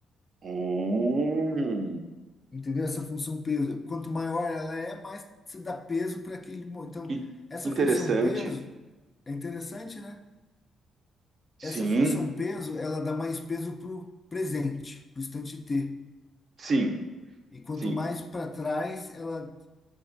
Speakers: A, on the right; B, on the left.
A: Hum,
B: Entendeu? Essa função peso, quanto maior ela é, mais se dá peso para aquele. mo- Então,
A: que,
B: essa
A: que interessante.
B: função peso é interessante, né?
A: Sim,
B: Essa função peso, ela dá mais peso para o presente, para o instante T.
A: sim,
B: E quanto
A: sim,
B: mais para trás, ela